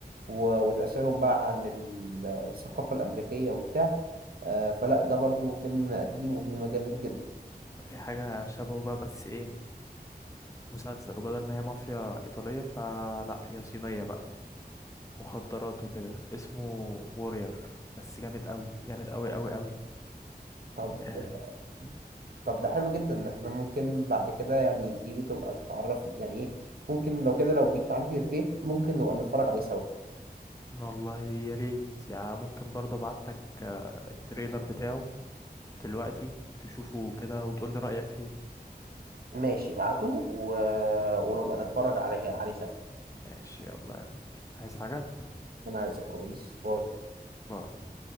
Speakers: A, on the right; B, on the left.
A: و- وتأثيرهم بقى عن ال- الثقافة الأمريكية وبتاع آه، فلا ده برضو فيلم قديم وفيلم جامد جدا
B: في حاجة شبهه بقى بس ايه مسلسل وبدل ما هي مافيا ايطالية فلا هي صينية بقى مخدرات وكده اسمه وورير بس جامد قوي جامد قوي قوي قوي
A: طب
B: آه
A: ده- طب ده حلو جدا ان احنا ممكن بعد كده يعني تيجي تبقى تعرفني يعني ايه ممكن لو كده لو جيت عندي البيت ممكن نبقى نتفرج عليه سوا
B: والله يا ريت يعني ممكن برضه ابعت لك آه التريلر بتاعه دلوقتي تشوفه كده وتقول لي رأيك فيه
A: ماشي ابعته و... ونبقى نتفرج عليه عليه سوا
B: ماشي يلا عايز حاجة
A: انا عايزك كويس باي
B: باي